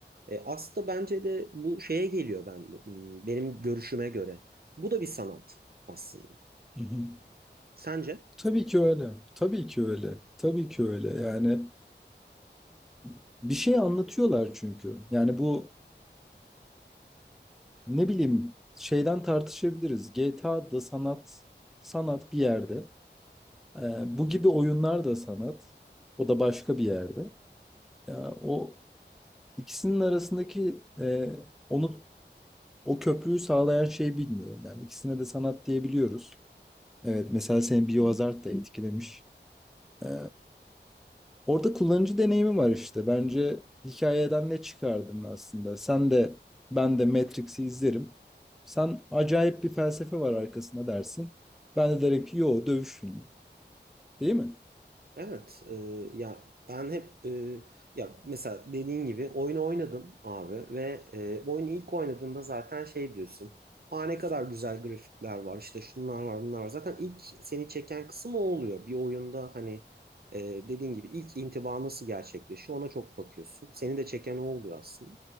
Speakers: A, on the right; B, in the centre.
A: E, aslında bence de bu şeye geliyor ben benim görüşüme göre. Bu da bir sanat aslında.
B: hı hı.
A: Sence?
B: Tabii ki öyle. Tabii ki öyle. Tabii ki öyle. Yani <clears throat> bir şey anlatıyorlar çünkü. Yani bu ne bileyim şeyden tartışabiliriz. GTA da sanat, sanat bir yerde. Ee, bu gibi oyunlar da sanat. O da başka bir yerde. Ya, o İkisinin arasındaki e, onu o köprüyü sağlayan şeyi bilmiyorum. Yani ikisine de sanat diyebiliyoruz. Evet, mesela senin biohazard da etkilemiş. E, orada kullanıcı deneyimi var işte. Bence hikayeden ne çıkardın aslında? Sen de ben de Matrix'i izlerim. Sen acayip bir felsefe var arkasında dersin. Ben de derim ki yo dövüş filmi. Değil mi?
A: Evet, e, ya ben hep e, ya mesela dediğin gibi oyunu oynadım abi ve e, oyunu ilk oynadığında zaten şey diyorsun. Aa ne kadar güzel grafikler var işte şunlar var bunlar var. Zaten ilk seni çeken kısım o oluyor. Bir oyunda hani e, dediğin gibi ilk intiba nasıl gerçekleşiyor ona çok bakıyorsun. Seni de çeken o oluyor aslında.